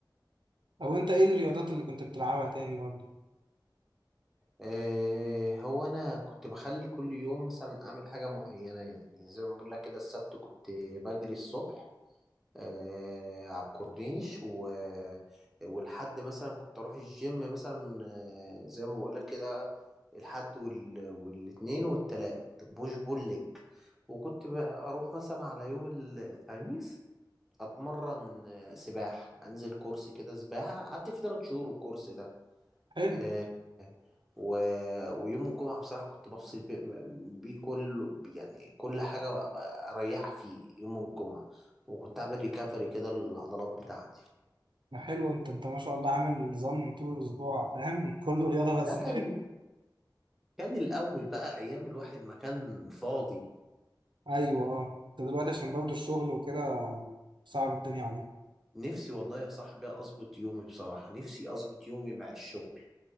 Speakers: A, on the right (about 80°); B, in the centre.
A: او انت ايه الرياضات اللي كنت بتلعبها تاني برضو
B: آه هو انا كنت بخلي كل يوم مثلا اعمل حاجه معينه يعني زي ما بقول لك كده السبت كنت بجري الصبح آه على الكورنيش و... والحد مثلا كنت اروح الجيم مثلا آه زي ما بقول لك كده الحد وال... والاثنين والتلات بوش بول ليج وكنت ب- اروح مثلا على يوم ال- الخميس اتمرن آه، سباحه انزل كورس كده سباحه قعدت فيه ثلاث شهور الكورس ده
A: حلو
B: آه، و... ويوم الجمعة بصراحة كنت بفصل بيه بيه كل يعني كل حاجة أريح فيه يوم الجمعة وكنت أعمل ريكفري كده للعضلات بتاعتي
A: ما حلو انت انت ما شاء الله عامل نظام طول الاسبوع فاهم <laughs> كله رياضه بس
B: ده كان
A: دايت
B: كان الأول بقى أيام الواحد ما كان فاضي
A: ايوه اه انت دلوقتي عشان برضو الشغل وكده صعب الدنيا عليك
B: نفسي والله يا صاحبي أظبط يومي بصراحة نفسي أظبط يومي مع الشغل